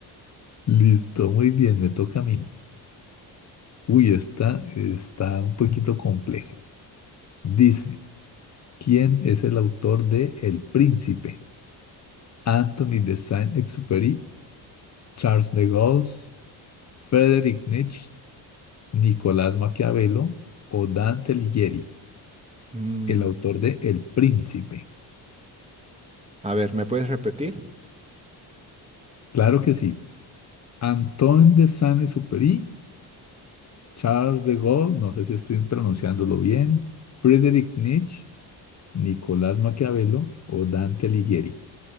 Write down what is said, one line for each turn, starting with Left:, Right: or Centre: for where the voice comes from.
Left: Listo, muy bien, me toca a mí. Uy, esta está un poquito compleja. Dice. ¿Quién es el autor de El Príncipe? Anthony de Saint-Exupéry, Charles de Gaulle, Friedrich Nietzsche, Nicolás Maquiavelo o Dante Alighieri,
Right: Mm,
Left: el autor de El Príncipe.
Right: a ver, ¿me puedes repetir?
Left: Claro que sí. Antoine de Saint-Exupéry, Charles de Gaulle, no sé si estoy pronunciándolo bien, Friedrich Nietzsche, Nicolás Maquiavelo o Dante Alighieri.